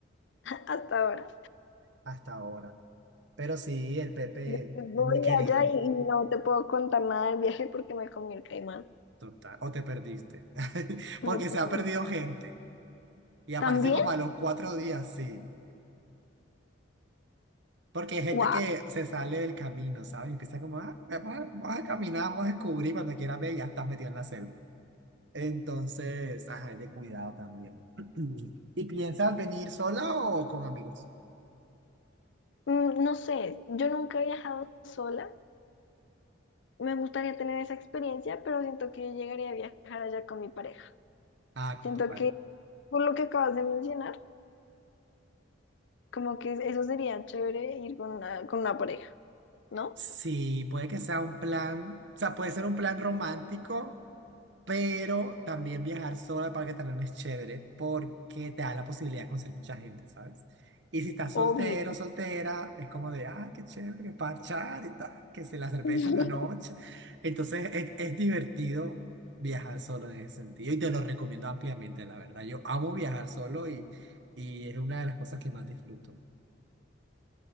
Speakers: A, on the left; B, on the right.
A: <laughs> Hasta ahora.
B: hasta ahora. Pero sí, el Pepe
A: Después
B: es
A: voy
B: muy querido.
A: allá y, y no te puedo contar nada del viaje porque me comí el caimán.
B: Total, o te perdiste. <laughs> Porque
A: Me puse-
B: se ha perdido gente y aparece
A: ¿También?
B: como a los cuatro días, sí. Porque hay gente
A: ¡Wow!
B: que se sale del camino, ¿sabes? Empieza como, ah, vamos a, vamos a caminar, vamos a descubrir, cuando quieras ver, ya estás metido en la selva. Entonces, ajá, es de cuidado también. <clears throat> ¿Y piensas venir sola o con amigos?
A: no sé, yo nunca he viajado sola. Me gustaría tener esa experiencia, pero siento que yo llegaría a viajar allá con mi pareja.
B: Ah, con
A: Siento
B: tu pareja.
A: que, por lo que acabas de mencionar, como que eso sería chévere ir con una, con una pareja, ¿no?
B: Sí, puede que sea un plan, o sea, puede ser un plan romántico Pero también viajar sola al Parque Tayrona es chévere porque te da la posibilidad de conocer mucha gente, ¿sabes? Y si estás
A: Obvio.
B: soltero, soltera, es como de, ah, qué chévere, que parchar y tal, que se la cerveza
A: <laughs>
B: en la noche. Entonces es, es divertido viajar solo en ese sentido y te lo recomiendo ampliamente, la verdad. Yo amo viajar solo y, y es una de las cosas que más disfruto.